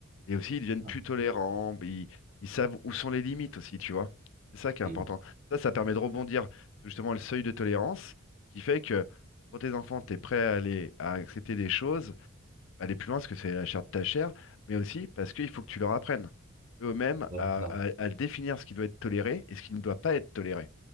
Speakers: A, on the left; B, on the right.
A: Et aussi, ils deviennent
B: Non.
A: plus tolérants. Ils, ils savent où sont les limites aussi, tu vois. C'est ça qui est
B: Hmm.
A: important. Ça, ça permet de rebondir sur justement le seuil de tolérance qui fait que pour tes enfants, tu es prêt à aller à accepter des choses, aller plus loin parce que c'est la chair de ta chair, mais aussi parce qu'il faut que tu leur apprennes eux-mêmes
B: Ouais,
A: à,
B: c'est ça.
A: à à définir ce qui doit être toléré et ce qui ne doit pas être toléré.